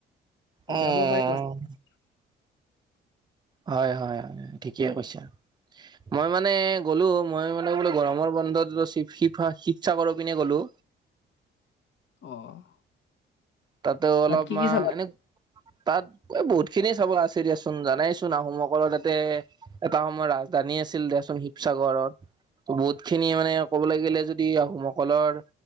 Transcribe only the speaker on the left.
জিৰাব
পাৰি <inaudible>
অ'।
তাত কি কি চালা